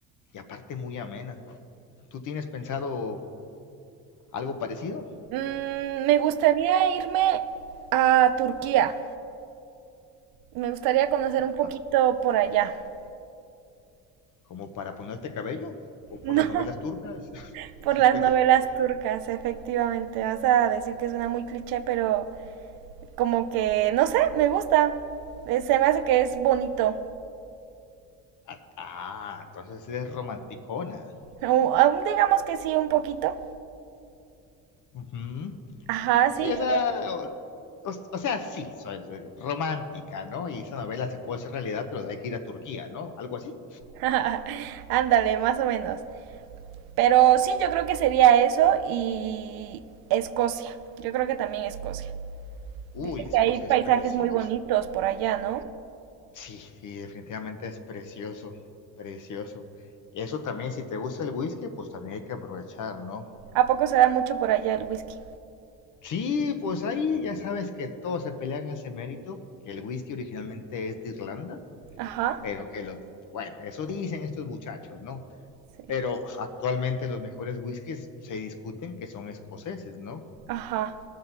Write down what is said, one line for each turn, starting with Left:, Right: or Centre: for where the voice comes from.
Left: y aparte muy amena. ¿Tú tienes pensado algo parecido?
Right: Mm, me gustaría irme a Turquía. Me gustaría conocer un poquito
Left: Pa-
Right: por allá. <laughs>
Left: ¿Como para ponerte cabello? ¿O por
Right: No,
Left: las novelas turcas? <laughs>
Right: por las
Left: ¿O qué?
Right: novelas turcas, efectivamente. Vas a decir que suena muy cliché, pero como que, no sé, me gusta. Eh, Se me hace que es bonito.
Left: Ah, ah, entonces eres romanticona.
Right: Aún- aún digamos que sí, un poquito.
Left: Ujú.
Right: Ajá, sí,
Left: Sí, o
Right: yo
Left: sea,
Right: creo.
Left: o, o sea, sí, soy soy romántica, ¿no? Y esa novela se puede hacer realidad, pero hay que ir a Turquía, ¿no? Algo así.
Right: <laughs> Ándale, más o menos. Pero sí, yo creo que sería eso y Escocia. Yo creo que también Escocia.
Left: Uy,
Right: Dicen
Left: Escocia
Right: que hay paisajes
Left: es precioso.
Right: muy bonitos por allá, ¿no?
Left: Sí, sí, definitivamente es precioso, precioso. Eso también, si te gusta el whisky, pues también hay que aprovechar, ¿no?
Right: ¿A poco se da mucho por allá el whisky?
Left: Sí, pues ahí ya sabes que todos se pelean ese mérito, que el whisky originalmente es de Irlanda,
Right: Ajá,
Left: pero que lo, bueno, eso dicen estos muchachos, ¿no?
Right: sí.
Left: Pero actualmente los mejores whiskies se discuten que son escoceses, ¿no?
Right: Ajá,